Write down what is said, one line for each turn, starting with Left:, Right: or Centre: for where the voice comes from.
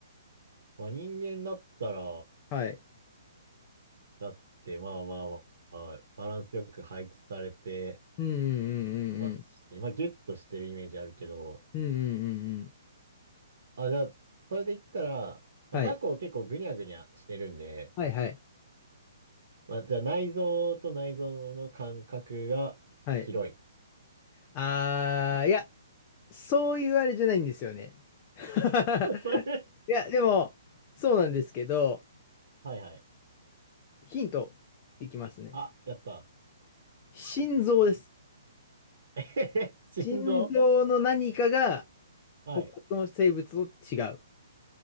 Right: まあ、人間だったら、
Left: はい。
Right: だって、まあまあまあ、まあバランスよく配置されて
Left: うんうんうん
Right: ますし、まあ、ギュッとしてるイメージあるけど、
Left: うんうん。うんうんうんうん。
Right: あ、じゃあ、それで言ったら、まあ、
Left: はい。
Right: タコ結構グニャグニャしてるんで、
Left: はいはい。
Right: まあ、じゃあ内臓と内臓の間隔が広い。
Left: はい。あー、いや、そういうあれじゃないんですよね。<laughs>
Right: <laughs> それ
Left: いや、でも、そうなんですけど、
Right: はいはい。
Left: ヒントいきますね。
Right: あ、やった。
Left: 心臓です。
Right: <laughs> 心臓
Left: 心臓の何かが
Right: はい。
Left: 他の生物と違う。